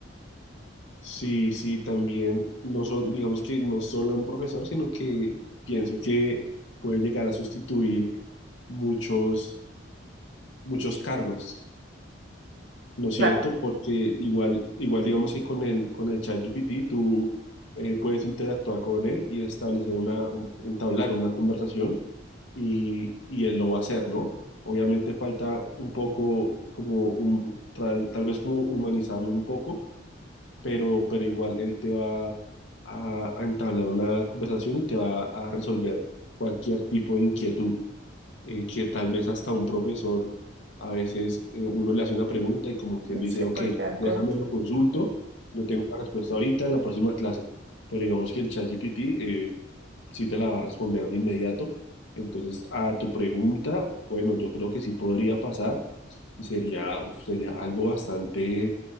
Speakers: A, on the left (about 70°); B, on the right (about 60°).
A: sí, sí, también, no sol- digamos que no solo un profesor, sino que pienso que puede llegar a sustituir muchos, muchos cargos. ¿No es
B: Claro,
A: cierto? Porque igual, igual digamos que con el, con el ChatGPT tú eh, puedes interactuar con él y establecer una, un- entablar una conversación y, y él lo va a hacer, ¿no? Obviamente falta un poco como un, tal, tal vez como humanizarlo un poco, pero, pero igual él te va a, a entablar una conversación y te va a resolver cualquier tipo de inquietud eh, que tal vez hasta un profesor, a veces eh, uno le hace una pregunta y como que él dice,
B: se
A: ok,
B: puede quedar
A: déjame
B: corto.
A: lo consulto, no tengo la respuesta ahorita en la próxima clase, pero digamos que el ChatGPT eh, sí te la va a responder de inmediato. Entonces, a tu pregunta, bueno, yo creo que sí podría pasar y sería, uf, sería algo bastante